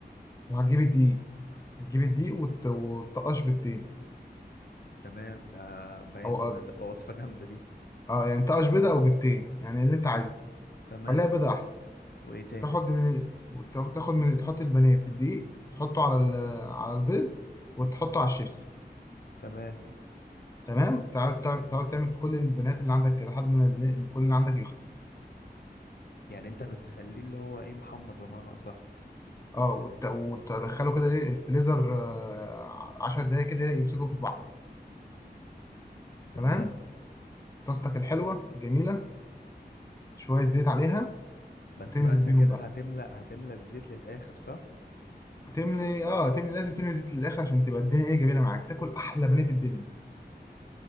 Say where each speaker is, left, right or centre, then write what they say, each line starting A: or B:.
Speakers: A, on the left (about 20°); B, on the left (about 65°).
A: وهتجيب الدقيق تجيب الدقيق وت- وتقش بالتين
B: تمام ده باين
A: او
B: هتبقى وصفة جامدة دي
A: اه يعني تقش بيضه او بالتين يعني اللي انت عايزه
B: تمام
A: خليها بيضه احسن
B: وايه تاني
A: تاخد من وتاخد- تاخد من تحط البانيه في الدقيق وتحطه على ال... على البيض وتحطه على الشيبس
B: تمام
A: تمام تقعد تع- تقعد تعمل في كل البنات اللي عندك كده لحد ما ال- كل اللي عندك يخلص
B: يعني انت بتخليه اللي هو ايه محمر بمعنى اصح
A: اه وت... وتدخله كده ايه الفريزر آه، عشر دقايق كده إيه، يمسكوا في بعض
B: تمام
A: تمام طاستك الحلوه جميله شويه زيت عليها
B: بس
A: تنزل
B: بقى انت
A: بيهم
B: كده
A: بقى
B: هتملأ هتملأ الزيت للآخر صح
A: هتملي اه هتملي لازم تملي زيت للاخر عشان تبقى الدنيا ايه جميله معاك تاكل احلى بانيه في الدنيا